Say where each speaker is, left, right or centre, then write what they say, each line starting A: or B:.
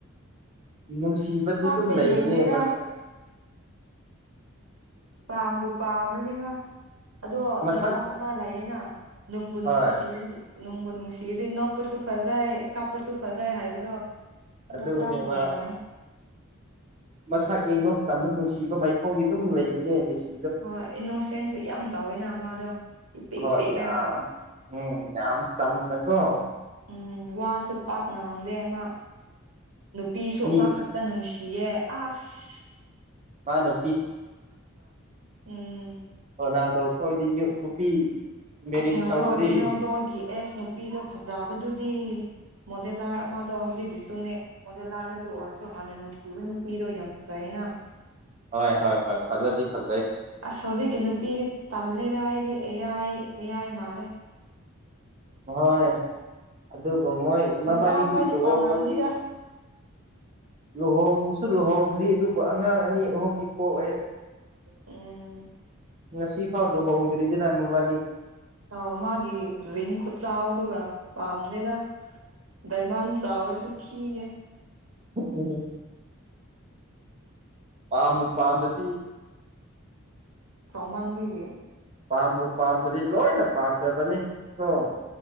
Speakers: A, on the right; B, on the right.
A: ꯅꯨꯡꯁꯤꯕꯗꯤ
B: ꯁꯥꯛꯇ
A: ꯑꯗꯨꯝ ꯂꯩꯕꯅꯦ
B: ꯌꯦꯡꯗꯦꯗ
A: ꯃꯁꯦ
B: ꯄꯥꯝꯕꯨ ꯄꯥꯝꯅꯗꯤ ꯍꯣꯏ ꯑꯗꯣ
A: ꯃꯁꯛ
B: ꯗꯥꯏꯂꯣꯛ ꯑꯃ ꯂꯩꯌꯦꯦꯅ ꯅꯅꯨꯡꯕꯨ
A: ꯍꯣꯏ
B: ꯅꯨꯡꯁꯤꯔ ꯅꯅꯨꯡꯕꯨ ꯅꯨꯡꯁꯤꯔ ꯏ ꯅꯣꯄꯁꯨ ꯐꯖꯥꯏ ꯀꯥꯞꯄꯁꯨ ꯐꯖꯥꯏ ꯍꯥꯏꯕꯗꯣ ꯑꯗꯨꯣ
A: ꯑꯗꯨꯅꯦꯕ
B: ꯆꯞꯞ ꯃꯥꯟꯅꯩ
A: ꯃꯁꯛ ꯌꯦꯡꯕ ꯃꯇꯝꯗ ꯅꯨꯡꯁꯤꯕ ꯃꯥꯏꯊꯣꯡꯒꯤ ꯑꯗꯨꯝ ꯂꯩꯕꯅꯦ ꯃꯤꯁ
B: ꯍꯣꯏ ꯏꯅꯣꯁꯦꯟꯁꯨ ꯌꯥꯝ ꯇꯧꯋꯦꯅ ꯃꯥꯗꯣ ꯏ ꯄꯦꯛ
A: ꯍꯣꯏ
B: ꯏ ꯄꯦꯛꯈ꯭ꯔꯒ
A: ꯌꯥꯝ ꯎꯝ ꯌꯥꯝ ꯆꯝꯅꯀꯣ
B: ꯎꯝ ꯋꯥꯁꯨ ꯄꯥꯛ ꯉꯥꯡꯗꯦ ꯑꯃ ꯅꯨꯄꯤꯁꯨ
A: ꯃꯤ
B: ꯑꯃꯈꯛꯇ ꯅꯨꯡꯁꯤ ꯌꯦ ꯑꯁ
A: ꯃꯥꯅ
B: ꯎꯝ
A: ꯀꯅꯥꯗꯣ ꯑꯩꯈꯣꯏꯗꯤ ꯅꯨꯄꯤ ꯃꯦꯔꯤꯖ
B: ꯑꯁ ꯉꯥꯏꯍꯥꯛ
A: ꯇꯧꯗ꯭ꯔꯤ
B: ꯌꯧꯔꯨꯅꯦꯗꯣ ꯑꯩꯒꯤ ꯑꯦꯛꯁ ꯅꯨꯄꯤꯗꯣ ꯐꯖꯕꯗꯨꯗꯤ ꯃꯣꯗꯦꯂꯥꯔ ꯃꯥꯗꯣ ꯍꯧꯖꯤꯛꯀꯤꯁꯨꯅꯦ ꯃꯣꯗꯦꯂꯥꯔꯅꯦ ꯑꯗꯨ ꯑꯣꯏꯔꯁꯨ ꯍꯥꯟꯅ ꯅꯨꯡꯁꯤꯕ ꯅꯨꯄꯤꯗꯣ ꯌꯥꯝ ꯐꯖꯕ ꯀꯩꯅꯣ
A: ꯍꯣꯏ ꯍꯣꯏ ꯍꯣꯏ ꯐꯥꯖꯕꯤ ꯐꯥꯖꯕꯤ
B: ꯑꯁ ꯍꯧꯖꯤꯛꯀꯤ ꯅꯨꯄꯤꯗꯤ ꯇꯜꯂꯦꯗ ꯑꯩꯗꯤ ꯏꯌꯥꯏ ꯏꯌꯥꯏ ꯃꯥꯜꯂꯦ
A: ꯍꯣꯏ ꯑꯗꯨꯕꯨ ꯃꯣꯏ ꯃꯕꯥꯅꯤꯗꯤ
B: ꯅꯨꯄꯥ ꯈ꯭ꯋꯥꯏꯗꯤ
A: ꯂꯨꯍꯣꯡꯕꯗꯤ
B: ꯄꯥꯝꯔꯝꯅꯤꯗ
A: ꯂꯨꯍꯣꯡꯕꯁꯨ ꯂꯨꯍꯣꯡꯗ꯭ꯔꯤ ꯑꯗꯨꯕꯨ ꯑꯉꯥꯡ ꯑꯅꯤ ꯑꯍꯨꯝꯗꯤ ꯄꯣꯛꯑꯦ
B: ꯎꯝ
A: ꯉꯁꯤ ꯐꯥꯎ ꯂꯨꯍꯣꯡꯗ꯭ꯔꯤꯗꯅ ꯃꯕꯥꯅꯤ
B: ꯑ ꯃꯥꯒꯤꯦ ꯔꯤꯡ ꯈꯨꯠꯆꯥꯥꯎꯗꯨꯒ ꯄꯥꯝꯗ ꯗꯥꯏꯃꯥꯟ ꯆꯥꯎꯔꯁꯨ ꯊꯤꯌꯦ
A: ꯎꯝ ꯄꯥꯝꯕꯨ ꯄꯥꯝꯃꯗꯤ
B: ꯆꯧꯃꯥꯟꯕꯒꯤ
A: ꯄꯥꯝꯕꯨ ꯄꯥꯝꯗꯗꯤ ꯂꯣꯏꯅ ꯄꯥꯝꯗ꯭ꯔꯕꯅꯤ ꯀꯣ